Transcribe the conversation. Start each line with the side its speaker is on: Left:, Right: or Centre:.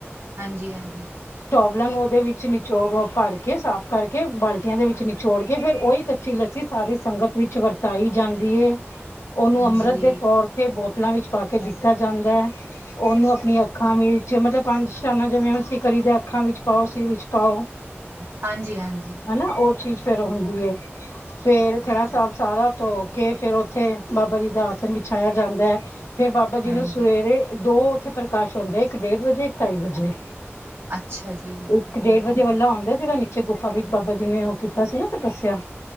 Right: ਹਾਂਜੀ, ਹਾਂਜੀ।
Left: ਟੌਵਲਾਂ ਨੂੰ ਉਹਦੇ ਵਿੱਚ ਨਿਚੋ ਭਰ ਕੇ ਸਾਫ਼ ਕਰਕੇ ਬਾਲਟੀਆਂ ਦੇ ਵਿੱਚ ਨਿਚੋੜ ਕੇ ਫਿਰ ਉਹੀ ਕੱਚੀ-ਲੱਸੀ ਸਾਰੀ ਸੰਗਤ ਵਿੱਚ ਵਰਤਾਈ ਜਾਂਦੀ ਐ। ਉਹਨੂੰ
Right: ਹਾਂਜੀ,
Left: ਅੰਮ੍ਰਿਤ ਦੇ ਤੌਰ ਤੇ ਬੋਤਲਾਂ ਵਿੱਚ ਪਾ ਕੇ ਦਿੱਤਾ ਜਾਂਦਾ ਐ। ਉਹਨੂੰ ਆਪਣੀ ਅੱਖਾਂ ਵਿੱਚ ਜ ਮਤਲਬ ਪੰਜ- ਸ਼ਾਨਾਂ ਜਿਵੇਂ-ਅਸੀਂ ਕਰੀ ਦਾ, ਅੱਖਾਂ ਵਿੱਚ ਪਾਓ, ਸਿਰ ਵਿੱਚ ਪਾਓ
Right: ਹਾਂਜੀ-ਹਾਂਜੀ।
Left: ਹਨਾ, ਉਹ ਚੀਜ਼ ਫੇਰ ਹੁੰਦੀ ਐ। ਫੇਰ
Right: ਹਾਂ,
Left: ਥੇੜਾ ਸਾਹਿਬ ਸਾਰਾ ਧੋ ਕੇ, ਫੇਰ ਉੱਥੇ ਬਾਬਾ ਜੀ ਦਾ ਆਸਨ ਵਿਛਾਇਆ ਜਾਂਦਾ ਐ। ਫਿਰ ਬਾਬਾ ਜੀ
Right: ਹਾਂਜੀ,
Left: ਨੂੰ ਸਵੇਰੇ ਦੋ ਉੱਥੇ ਪ੍ਰਕਾਸ਼ ਹੁੰਦੇ, ਇੱਕ ਡੇਢ ਵਜੇ, ਇੱਕ ਢਾਈ ਵਜੇ।
Right: ਅੱਛਾ ਜੀ।
Left: ਇੱਕ
Right: ਦੋ
Left: ਡੇਢ
Right: ਵਾਰੀ
Left: ਵਜੇ
Right: ਹੁੰਦਾ,
Left: ਵਾਲਾ ਔਦਾ, ਜਿਹੜਾ ਨੀਚੇ ਗੁਫਾ ਵਿੱਚ
Right: ਹਾਂ,
Left: ਬਾਬਾ ਜੀ ਨੇ ਉਹ ਕੀਤਾ ਸੀ ਨਾ ਤਪੱਸਿਆ